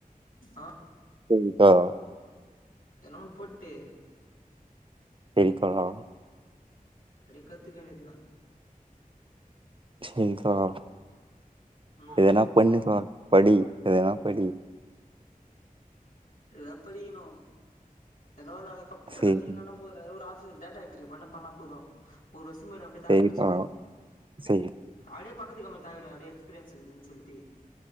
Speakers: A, on the left; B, on the right.
A: ஆ
B: செரி தோழா
A: என்னா ஒன்னு போட்டு
B: செரி தோழா
A: அப்டியே கத்துக்க வேண்டியதுனா
B: செரி தோழா,
A: ம்
B: எதனா பண்ணு தோழா படி எதனா படி
A: எதனா படிக்கணு எதான ஒன் நா கம்ப்யூட்டர்
B: செரி
A: கத்திக்கினோனா போதுடா எதோ ஒரு ஆஃபிஸ்ல டேட்டா என்ட்ரி பண்ண பண்ணா போது ஒரு வருஷோ போய்டோ அப்டியே தாக்புட்சினு
B: செரி தோழா செரி
A: அப்டியே பக்கத்து கம்பெனிக்கு தாவிடுவே அப்டியே எக்ஸ்பீரியன்ஸ் இருக்குதுன்னு சொல்லிட்டு